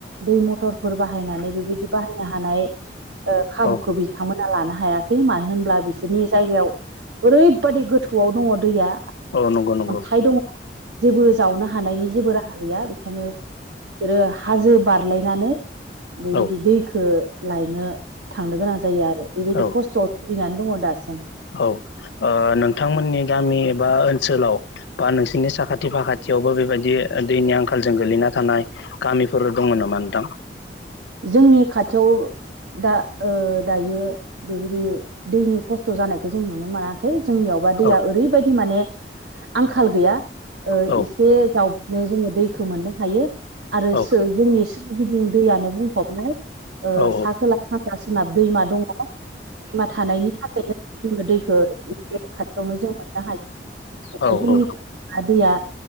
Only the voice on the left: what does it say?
औ
औ नोंगौ नोंगौ।
औ
औ
औ ओ नोंथांमोननि गामि एबा ओनस सोलाव बा नोंसिरनि साखाथि फाखाथियावबो बेबायदि दैनि आंखालजों गोग्लैना थानाय गामि बिफोर दङ नामा नोंथां।
औ
औ
औ
औ
औ
औ